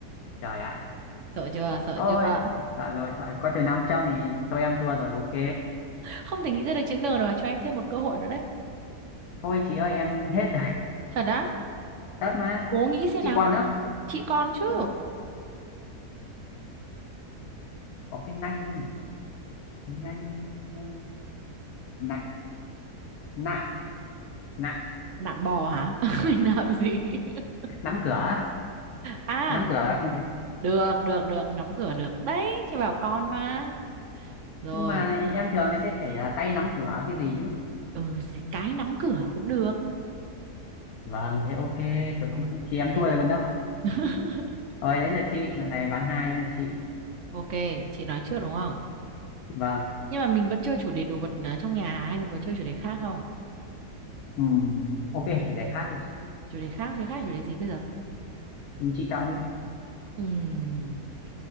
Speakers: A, on the left; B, on the right.
A: trời ạ
B: Sợ chưa? Sợ
A: ôi
B: chưa?
A: sợ rồi sợ có từ 500 thì thôi em thua rồi ok
B: Không thể nghĩ ra được chữ N rồi, cho em thêm một cơ hội nữa đấy.
A: thôi chị ơi em hết rồi
B: Thật á?
A: <laughs> thật mà
B: Cố nghĩ xem
A: chị
B: nào.
A: còn á
B: Chị con chứ.
A: Năm- có cái nanh không Cái nanh nanh nặng nặng nặng
B: Nạm bò hả? <laughs> Nạm gì? <laughs>
A: nắm cửa
B: À,
A: nắm cửa không chứ
B: được được được nắm cửa được đấy chị bảo con mà rồi
A: nhưng mà em thường sẽ phải là tay nắm cửa cái gì chứ
B: ừ gì cái nắm cửa cũng được
A: Vâng, thế ok. Rồi,
B: Rồi.
A: thì thì em
B: Thế
A: thua rồi
B: nên-
A: còn đâu.
B: <laughs>
A: Rồi, đấy là chị. Lần này ván hai, đấy là chị.
B: ok chị nói trước đúng không
A: Vâng.
B: nhưng mà mình vẫn chơi chủ đề đồ vật à, trong nhà hả? hay mình có chơi chủ đề khác không
A: Ừm, ok, chủ đề khác thì chị,
B: chủ đề khác chơi khác chủ đề gì bây giờ
A: chị chọn đi.
B: Ừm,